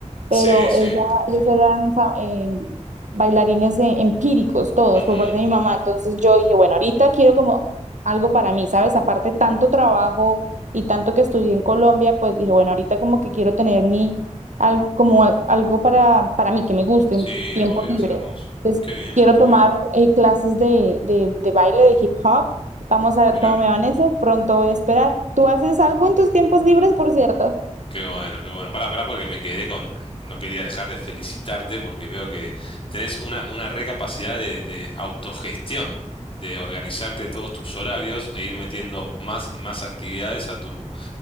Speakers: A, on the right (about 75°); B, on the left (about 45°).
A: pero
B: sí, sí,
A: ella, ellos eran fa- eh, bailarines eh, empíricos todos
B: ujú,
A: por parte de mi mamá. Entonces yo dije, bueno, ahorita quiero como algo para mí, ¿sabes? Aparte tanto trabajo y tanto que estudié en Colombia, pues dije, bueno, ahorita como que quiero tener mi, algo, como al- algo para, para mí, que me guste,
B: Sí,
A: un tiempo
B: obvio,
A: libre.
B: es hermoso,
A: Entonces
B: qué bien,
A: quiero tomar eh, clases de, de de baile, de hip hop Vamos a ver
B: mirá,
A: cómo me va en eso. Pronto voy a esperar. ¿Tú haces algo en tus tiempos libres, por cierto?
B: qué bueno, qué bueno, pará, pará, porque me quedé con, no quería dejar de felicitarte porque veo que tenés una, una re capacidad de, de autogestión, de organizarte todos tus horarios e ir metiendo más y más actividades a tu,